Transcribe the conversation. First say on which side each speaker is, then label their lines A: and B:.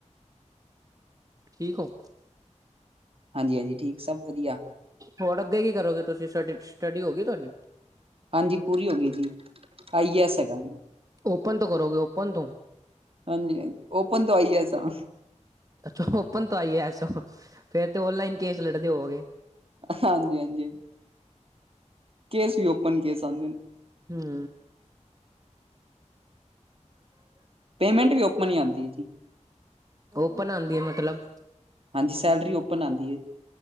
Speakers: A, on the right (about 30°); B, on the right (about 50°).
A: ਠੀਕ ਹੋ।
B: ਹਾਂਜੀ-ਹਾਂਜੀ, ਠੀਕ ਸਭ ਵਧੀਆ।
A: ਹੋਰ ਅੱਗੇ ਕੀ ਕਰੋਗੇ ਤੁਸੀਂ? ਸਟ ਸਟੱਡੀ ਹੋ ਗਈ ਤੁਹਾਡੀ।
B: ਹਾਂਜੀ, ਪੂਰੀ ਹੋ ਗਈ ਜੀ, ਆਈ ਐਸ ਹੈਗਾ।
A: ਓਪਨ ਤੋਂ ਕਰੋਗੇ ਓਪਨ ਤੋਂ।
B: ਹਾਂਜੀ-ਹਾਂਜੀ, ਓਪਨ ਤੋਂ ਆਈ ਐਸ ਆਂ।
A: ਅੱਛਾ, ਓਪਨ ਤੋਂ ਆਈ ਏ ਐਸ ਹੋ ਫੇਰ ਤੇ ਓਨਲਾਈਨ ਕੇਸ ਲੜਦੇ ਹੋਵੋਗੇ।
B: ਹਾਂਜੀ ਹਾਂਜੀ ਹਾਂਜੀ। ਕੇਸ ਵੀ ਓਪਨ ਕੇਸ ਆਂਦੇ ਨੇ।
A: ਹੂੰ।
B: ਪੇਮੈਂਟ ਵੀ ਓਪਨ ਹੀ ਆਂਦੀ ਏ ਜੀ।
A: ਓਪਨ ਆਂਦੀ ਏ ਮਤਲਬ
B: ਹਾਂਜੀ ਸੈਲਰੀ ਓਪਨ ਆਂਦੀ ਏ।